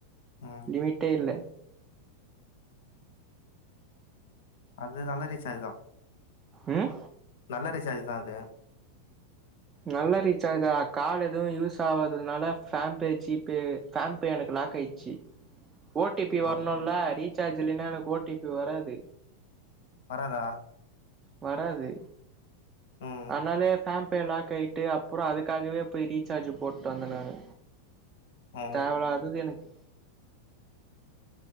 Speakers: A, on the left; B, on the right.
A: ம்
B: லிமிட்டே இல்ல
A: அது நல்ல ரீசார்ஜ் தா
B: உம்
A: நல்ல ரிசார்ஜ் தா அது
B: நல்ல ரீசார்ஜா கால் எது யூஸ் ஆவதனால ஃபான்பே ஜிபே ஃபான்பே எனக்கு லாக் ஆயிடுச்சு ஓ டி பி வரணுல
A: ஆ
B: ரீசார்ஜ் இலன்னா எனக் ஓ டி பி வராது
A: வராதா
B: வராது
A: ம்
B: ஆனாலயே பான்பே லாக்காயிட்டு அப்புறம் அதுக்காகவே போய் ரீசார்ஜ் போட்டு வந்தன் நானு
A: ம்
B: தேவல்லாதது எனக்கு